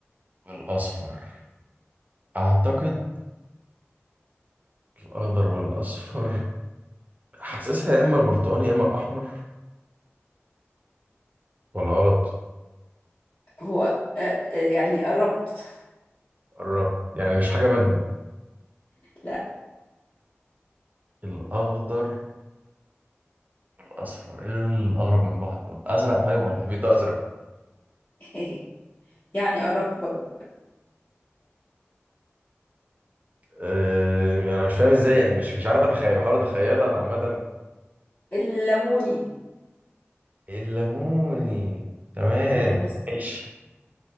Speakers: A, on the right; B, on the left.
A: والاصفر اعتقد الاخضر والاصفر حاسسها يا اما البرتقاني يا اما الاحمر ولا غلط
B: هو آه آه يعني قربت
A: قربت يعني مش حاجة منهم
B: لا
A: الاخضر الاصفر ايه اللون الاقرب من بعض دول ازرق طيب ولا ايه بيتو ازرق
B: <laughs> يعني قربت برضه
A: أه، يعني انا مش فاهم ازاي يعني مش مش عارف اتخيل بحاول اتخيلها انا عامه
B: الليموني
A: الليموني تمام
B: أهي بس
A: ماشي